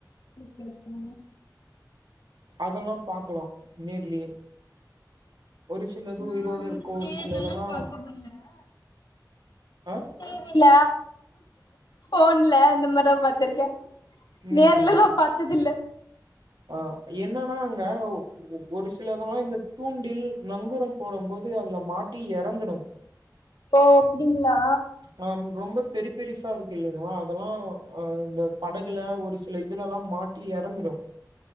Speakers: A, on the left (about 70°); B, on the right (about 80°).
A: ஓகே ஓகே
B: அதெல்லா பாக்லா நேர்லியே ஒரு சிலது
A: நா
B: உயிரோட
A: வந்துட்டு
B: இருக்கு ஒரு
A: நேர்லல்லா
B: சிலதெல்லா
A: பாத்தது
B: ஆ
A: டிவில போன்ல இந்த மார்தா பாத்துருக்கே
B: ம்
A: நேர்லல்லா
B: ம்
A: பாத்ததில்ல
B: ஆ என்னன்னா அங்க ஒரு சிலதெல்லா இந்த தூண்டில் நங்குரம் போடும் போது அதுல மாட்டி எறந்துடு
A: ஓ அப்டிங்களா
B: ஆ ரொம்ப பெரி பெருசா இருக்கு இல்லைங்களா அதெல்லா ஆ இந்த படகுல ஒரு சில இதுலெல்லா மாட் மாட்டி எறந்துடு